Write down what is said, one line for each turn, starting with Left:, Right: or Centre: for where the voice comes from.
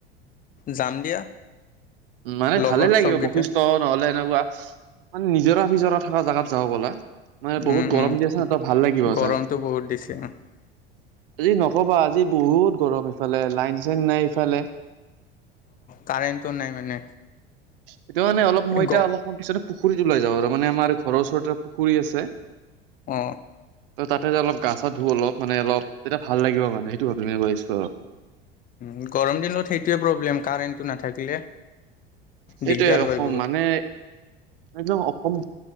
Left: যাম দিয়া।
Right: মানে
Left: লগৰ
Right: ভালে লাগিব
Left: চবকেইটা
Right: বৈশিষ্ট্ নহলে এনেকুৱা মানে, নিজৰ নিজৰা থকা জেগাত যাওঁ বলে। মানে বহুত
Left: উম
Right: গৰম
Left: উম
Right: দি আছে নহ তই ভাল লাগিব
Left: গৰমটো
Right: যাই।
Left: বহুত দিছে অ
Right: আজি নকবা আজি বহুত গৰম ইফালে লাইন চাইন নাই ইফালে।
Left: কাৰেণ্টটো নাই মানে
Right: সেইটো মানে অলপ মই
Left: এই
Right: এতিয়া
Left: গ
Right: অলপ সময় পিছত পুখুৰীত ওলাই যাওঁ আৰু মানে আমাৰ ঘৰৰ ওচৰতে পুখুৰী আছে,
Left: অ
Right: ত তাতে অলপ গা চা ধো অলপ। মানে অলপ তেতিয়া ভাল লাগিব মানে সেইটো ভাবি ম কৈছো আৰু।
Left: উ গৰম দিনত সেইটোোৱে প্ৰব্লেম কাৰেণ্টটো নাথাকিলে। দিগদাৰ
Right: এইটোয়ে অসম
Left: হয় বহুত
Right: মানে, একদম অসম